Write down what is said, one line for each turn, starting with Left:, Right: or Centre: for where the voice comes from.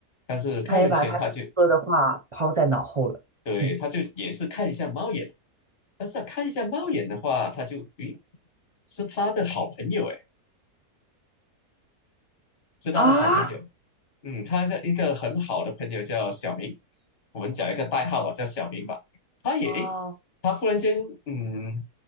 Left: 但是开门前他就
Right: 他也把他叔叔说的话抛在脑后了，
Left: 对，
Right: 嗯
Left: 他就也是看一下猫眼，但是他看一下猫眼的话，他就咦，是他的好朋友哎，是他的好朋友。
Right: 啊
Left: 嗯，他的一个很好的朋友叫小明，我们讲一个代号吧，叫小明吧。他也，
Right: 哦，
Left: 诶，他忽然间，嗯，